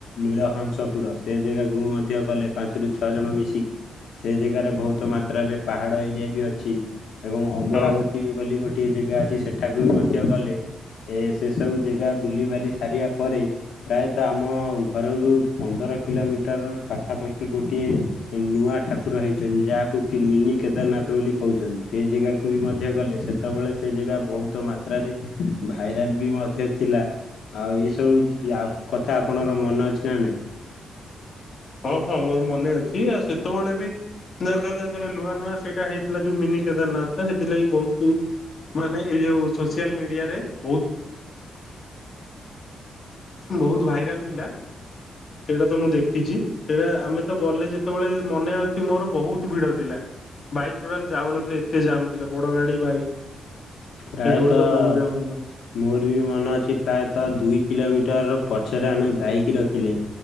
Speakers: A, on the left (about 75°); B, on the left (about 40°).
A: ନୀଳହଂସପୁର ସେ ଜାଗାକୁ ମଧ୍ୟ ଗଲେ ପାଞ୍ଚରୁ ଛଅ ଜଣ ମିଶିକି। ସେ ଜାଗାରେ ବହୁତ ମାତ୍ରାରେ ପାହାଡ ଏରିଆ ବି ଅଛି। ଏବଂ ଅମରାବତୀ
B: ଓହୋ
A: ବୋଲି ଗୋଟିଏ ଜାଗା ଅଛି ସେଠାକୁ ବି ମଧ୍ୟ ଗଲେ। ଏ-ଏ-ଏ ସେ ସବୁ ଜାଗା ବୁଲିିବାଲି ସାରିବା ପରେ ପ୍ରାୟତଃ ଆମ ଘରରୁ ପନ୍ଦର କିଲୋମିଟର ପାଖାପାଖି ଗୋଟିଏ ନୂଆ ଠାକୁର ହେଇଛନ୍ତି ଯାହାକୁ କି ମିନି କେଦାରନାଥ ବୋଲି କହୁଛନ୍ତି ସେ ଜେଗାକୁ ବି ମଧ୍ୟ ଗଲେ ସେ ସେତେବେଳେ ସେ ଜାଗା ବହୁତ ମାତ୍ରାରେ ଭାଇରାଲ ବି ମଧ୍ୟ ଥିଲା ଆଉ ଏସବୁ ଆଉ କଥା ଆପଣଙ୍କର ମନେ ଅଛି ନା ନାଇଁ?
B: ହଁ ହଁ ମୋର ମନେ ଅଛି ଆଉ ସେତେବେଳେ ବି ନା କହିଲେ ସେତେବେଳେ ନୂଆ ନୂଆ ସେଇଟା ହେଇଥିଲା ଯୋଉ ମିନି କେଦାରନାଥ ସେଥିଲାଗି ବହୁତୁ ମାନେ ଏଇ ଯୋଉ ସୋସିଆଲ ମିଡିଆରେ ବହୁତ ବହୁତ ଭାଇରାଲ ଥିଲା ସେଇଟା ତ ମୁଁ ଦେଖିଛି। ସେଇଟା ଆମେ ତ ଗଲେ ଯେତେବେଳେ ମନେ ଅଛି ମୋର ବହୁତ ଭିଡ ଥିଲା। ବାଇକ୍ ଟୋଟାଲ ଯାଉନଥାଏ ଏତେ ଜାମ୍ ଥିଲେ ବଡ ଗାଡି, ବାଇକ୍।
A: ପ୍ରାୟତଃ
B: ସେତେବେଳେ ତ ବହୁ ଜାମ୍ ଥିଲା।
A: ମୋର ବି ମନେ ଅଛି ପ୍ରାୟତଃ ଦୁଇ କିଲୋମିଟର ପଛରେ ଆମେ ବାଇ କ୍ ରଖିଲେ